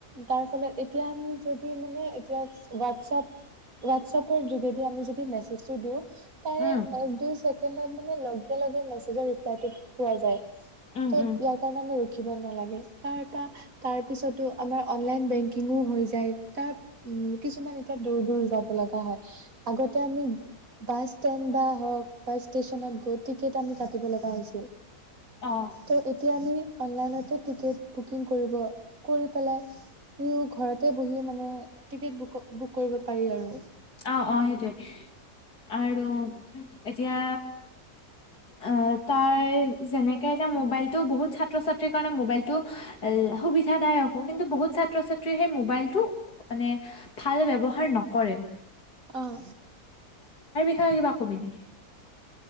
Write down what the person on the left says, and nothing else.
উম,
উম,
উম,
অ',
অঁ অঁ সেইটোৱে আৰু এতিয়া- আঁহ তাই যেনেকে এতিয়া মোবাইলতটো বহুত ছাত্ৰ ছাত্ৰীৰ কাৰণে মোবাইল টো সুবিধাদায়ক হ কিন্তু বহুত ছাত্ৰ -ছাত্ৰীয়ে সেই মোবাইলটো মানে ভাল ব্যৱহাৰ নকৰে।
তই কিবা নেকি।